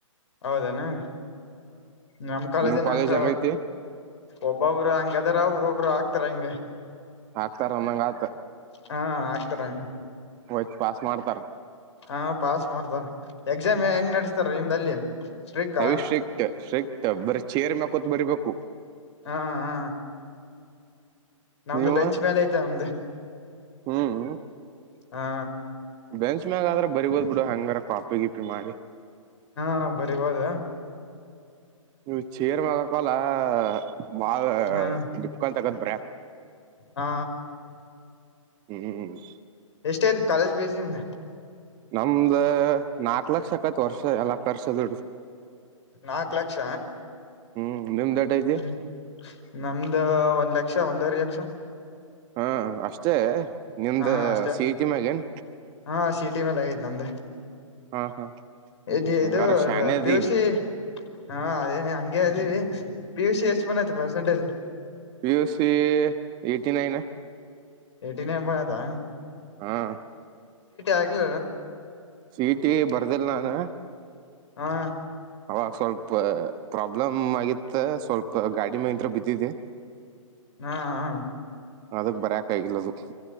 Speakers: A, on the left; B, on the right.
A: ಹೌದೇನಾ ನಮ್ಮ್ ಕಾಲೇಜ
B: ನಿಮ್
A: ನ
B: ಕಾಲೇಜ್
A: ಅಷ್ಟ
B: ಹೆಂಗೈತಿ
A: ಒಬ್ಬ ಅವರು ಹಂಗ ಅದಾರ ಒಬ್ಬೊಬ್ರು ಆಕ್ತಾರ ಹಿಂಗೆ
B: ಹಾಕ್ತಾರ ಒಂದಂಗ ಆತ
A: ಹಾ ಆಗ್ತಾರ ಹಂಗ
B: ವತ್ ಪಾಸ್ ಮಾಡ್ತಾರ
A: ಹಾ ಪಾಸ್ ಮಾಡ್ತಾರ ಎಕ್ಸಾಮ್ ಹೆಂಗ್ ನಡೆಸ್ತಾರ ನಿಮ್ದಲ್ಲಿ ಸ್ಟ್ರಿಕ್ ಹಾ
B: ಅವಿ ಸ್ಟ್ರಿಕ್ಟ್ ಸ್ಟ್ರಿಕ್ಟ್ ಬರ ಚೇರ್ ಮಕೋತ್ ಬರಿಬೇಕು
A: ಹಾ ಹಾ ನಮ್ದು
B: ನೀವು
A: ಬೆಂಚ್ ಮೇಲೆ ಐತೆ ನಮ್ದ
B: ಹ್ಮ್
A: ಹಾ
B: ಬೆಂಚ್ ಮ್ಯಾಗ ಆದ್ರ ಬರಿಬೋದ್ ಬಿಡು ಹಂಗಾರ ಕಾಫಿ ಗಿಪಿ ಮಾಡಿ
A: ಹಾ ಬರಿಬೋದ
B: ನೀವು ಚೀರ್ ಮಗಕಲ್ಲ ಮಾಾ
A: ಹ್ಮ್
B: ಿಪ್ಕಲ್ ತಗತ್ ಬ್ರ
A: ಹಾ
B: ಹ್ಮ್್ಮ
A: ಎಷ್ಟ ಐತ ಕಾಲೇಜ್ ಪೇಸ್ಿಂದ
B: ನಮ್ದ ನಾಕ್ ಲಕ್ಷ ಆಕೈತ್ ವರ್ಷ ಎಕ್ ವರ್ಷ ದುಡ್ದ
A: ನಾಕ್ು ಲಕ್ಷ
B: ಹ್ಮ್ ನಿಮ್ದ ಎಟ್ ಐತಿ
A: ಹ್ಮ್ ನಮ್ದ ಒಂದ್ ಲಕ್ಷ ಒಂದವರ ಲಕ್ಷ
B: ಹಾ ಅಷ್ಟೇ ನಿಮ್ದ
A: ಹಾ ಅಷ್ಟೇ
B: ಸಿ ಇಟಿ ಮಗೇನ್
A: ಹಾ ಸಿಟಿ ಮೇಲೆ ಆಐು ನಂದೆ
B: ಹಾ ಹಾ
A: ಇ
B: ಹಂಗಾರ
A: ಇದು
B: ಶಾನೆ ಅದಿ
A: ಪಿಯುಶಿ ಹ ಅದೇ ಹಂಗಗೆ ಅದ ಪಿ ಯು ಸಿ ಎಷ್ಟು ಬನ್ೈಐತೆ percentage
B: P U C eighty nine
A: ಎಟಿನೇ ಹಬಯತಾ
B: ಹಾ
A: ಆಗ್ಲ
B: ಸೀಟಿ ಬರ್ದಿಲ್ಲ ನಾನ
A: ಹಾ
B: ಅವಾಗ ಸ್ವಲ್ಪ ಪ್ರಾಬ್ಲಮ್ ಆಗಿತ್ತ ಸ್ವಲ್ಪ ಗಾಡಿ ಮತ್ರ ಬಿದ್ದಿದ್ದಿ
A: ಹಾ ಹಾ
B: ಅದಕ್ ಬರಕ್ ಆಗಿಲ್ಲದು